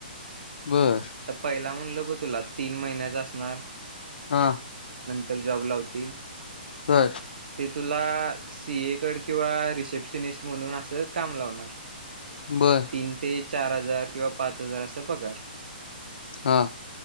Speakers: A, on the left (about 70°); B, on the right (about 65°).
A: बर
B: त पहिला म्हणलं बो तुला तीन महिन्याच असणार.
A: हा.
B: तर जॉब लावतील.
A: बर.
B: ते तुला सीए कड किंवा रिसेप्शनिस्ट म्हणून अस काम लावणार.
A: बर
B: तीन ते चार हजार किंवा पाच हजार असा पगार.
A: हा.